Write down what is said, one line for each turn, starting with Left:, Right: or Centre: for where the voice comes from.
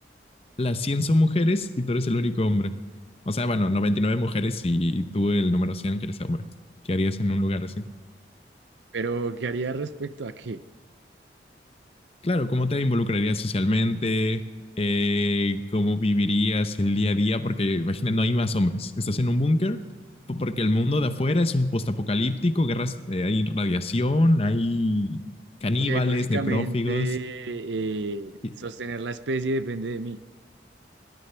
Left: las 100 son mujeres y tú eres el único hombre. O sea, bueno, 99 mujeres y tú el número 100 que eres hombre. ¿Qué harías en un lugar así?
Right: Pero, ¿qué haría respecto a qué?
Left: Claro, ¿cómo te involucrarías socialmente? Eh, ¿cómo vivirías el día a día? Porque imagina, no hay más hombres. Estás en un búnker po- porque el mundo de afuera es un postapocalíptico, guerras, eh, hay radiación, hay caníbales,
Right: O sea, y básicamente
Left: necrófagos.
Right: eh,
Left: Y
Right: sostener la especie depende de mí. <laughs>